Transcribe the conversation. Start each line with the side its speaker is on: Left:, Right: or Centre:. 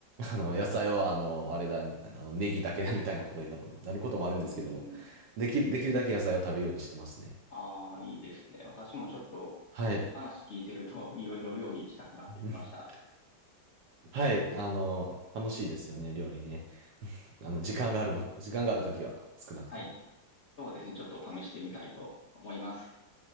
Right: あの、野菜は、あの、あれだ、あの、ネギだけだみたいなことにななることもあるんですけども、
Left: うーん、
Right: できる、できるだけ野菜を食べようにしてますね。
Left: ああ、いいですね。私もちょっと、
Right: はい。
Left: 話聞いてると、いろいろ料理したくなってきました。
Right: <laughs> はい。あの、楽しいですよね、料理ね。あの、時間がある分、時間があるときは、少なくとも。
Left: はい。そうですね。ちょっと試してみたいと思います。